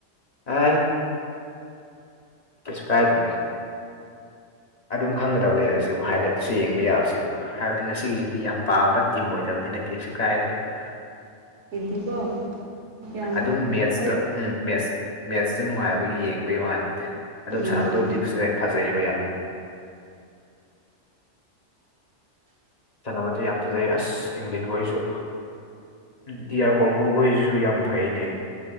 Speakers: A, on the left (about 40°); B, on the right (about 80°).
A: ꯑ ꯀꯩꯁꯨ ꯀꯥꯏꯗꯦꯗꯥ ꯑꯗꯨꯝ ꯈꯪꯒꯗꯕ ꯂꯩꯔꯁꯤꯕꯨ ꯍꯥꯏꯂꯥꯏꯠꯇꯁꯨ ꯌꯦꯡꯕ ꯌꯥꯕꯁꯤꯕꯨ ꯍꯥꯏꯕꯗꯤ ꯉꯁꯤꯒꯤꯁꯤꯗꯤ ꯌꯥꯝ ꯄꯥꯝꯕ ꯇꯤꯝ ꯑꯣꯏꯗꯕꯅꯤꯅ ꯀꯩꯁꯨ ꯀꯥꯏꯗꯦꯕ
B: ꯒꯤꯗꯤꯀꯣ ꯌꯥꯝ
A: ꯑꯗꯨꯝ ꯃꯦꯠꯁꯇ
B: ꯑꯔꯠ
A: ꯎꯝ ꯃꯦꯠꯁ ꯃꯦꯠꯁꯇꯨ ꯅꯨꯡꯉꯥꯏꯕꯒꯤ ꯌꯦꯡꯕꯒꯤ ꯋꯥꯅꯤꯗ ꯑꯗꯨꯝ
B: ꯎꯝ
A: ꯁꯥꯟꯅꯕꯗꯣꯗꯤ ꯆꯖ ꯐꯖꯩꯔꯤꯕ ꯌꯥꯝꯅ ꯆꯥꯟꯅꯕꯗꯤ ꯌꯥꯝ ꯐꯖꯩ ꯑꯁ ꯌꯡꯊꯟꯈꯣꯏꯁꯨ ꯗꯤ ꯑꯥꯔ ꯀꯣꯡꯒꯣꯈꯣꯏꯁꯤꯁꯨ ꯌꯥꯝ ꯐꯩꯅꯦ